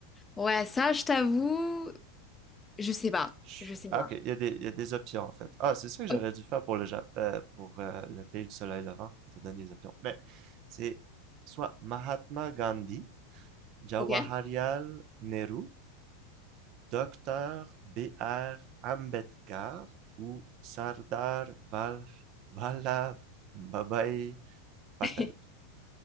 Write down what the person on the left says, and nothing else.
Ouais, ça, je t'avoue. Je sais pas,
je sais
pas.
O-
Ok.
<laughs>